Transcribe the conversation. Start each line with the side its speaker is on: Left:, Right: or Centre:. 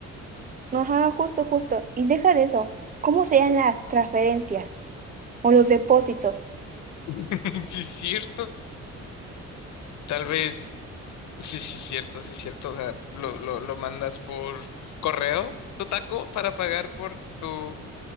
Right: Ajá, justo, justo. Y deja de eso. ¿Cómo serían las transferencias o los depósitos?
Left: <laughs> Sí, es cierto. Tal vez, sí, sí, es cierto, sí, es cierto. O sea, lo, lo, lo mandas por correo, tu taco, para pagar por tu